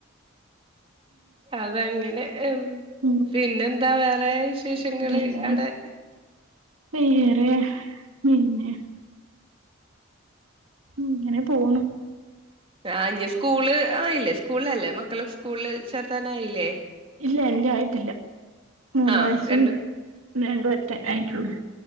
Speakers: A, on the right; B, on the right.
A: അതങ്ങനെ ഉം
B: ഉം
A: പിന്നെ എന്താ വേറെ വിശേഷങ്ങള്
B: പിന്നെ
A: അവിടെ
B: വേറെ പിന്നെ ഉം ഇങ്ങനെ പോണു
A: ആഹ് ഇഞ്ഞി സ്കൂള് ആയില്ലേ സ്കൂളിൽ അല്ലേ മക്കളെ സ്കൂള് ചേർത്താന് ആയില്ലേ
B: ഇല്ല എന്റെ ആയിട്ടില്ല മൂന്ന്
A: ആഹ്
B: വയസ്സും
A: രണ്ടും
B: രണ്ട് വറ്റ ആയിട്ടുള്ളു